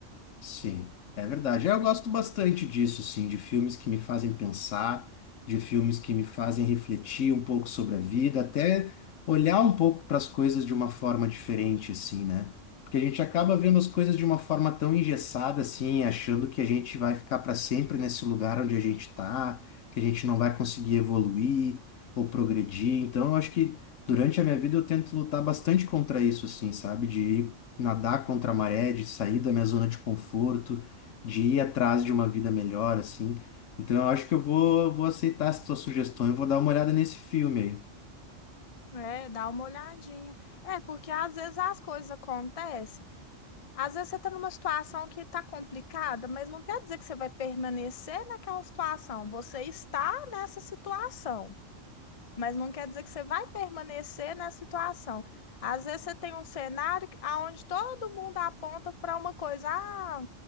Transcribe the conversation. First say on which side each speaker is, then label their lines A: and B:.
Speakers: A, on the left (about 75°); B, on the left (about 35°).
A: Sim, é verdade. É, Eu gosto bastante disso, sim, de filmes que me fazem pensar, de filmes que me fazem refletir um pouco sobre a vida, até olhar um pouco para as coisas de uma forma diferente, assim, né? Porque a gente acaba vendo as coisas de uma forma tão engessada, assim, achando que a gente vai ficar para sempre nesse lugar onde a gente está, que a gente não vai conseguir evoluir ou progredir. Então, eu acho que durante a minha vida eu tento lutar bastante contra isso, assim, sabe? De ir nadar contra a maré, de sair da minha zona de conforto, de ir atrás de uma vida melhor, assim. Então eu acho que eu vou, vou aceitar essa tua sugestão e vou dar uma olhada nesse filme aí.
B: É, dá uma olhadinha. É, porque às vezes as coisas acontecem. Às vezes você está numa situação que está complicada, mas não quer dizer que você vai permanecer naquela situação. Você está nessa situação mas não quer dizer que você vai permanecer na situação. Às vezes você tem um cenário onde todo mundo aponta para uma coisa, ah,